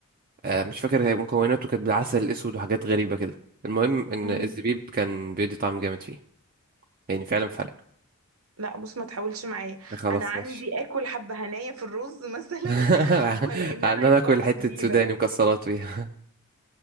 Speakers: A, on the right (about 40°); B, on the right (about 75°).
A: آه مش فاكر هي مكوناته كانت بالعسل الأسود وحاجات غريبة كده المهم إن
B: مم.
A: الزبيب كان بيدي طعم جامد فيه يعني فعلا فرق
B: لا بص ما تحاولش معايا
A: خلاص
B: انا عندي
A: ماشي
B: اكل حبه هنايا في الرز مثلا
A: <laughs>
B: <laughs> ولا ان
A: عن
B: انا
A: انا
B: يطلع
A: اكل
B: لي
A: حته
B: زبيبه
A: سوداني مكسرات فيها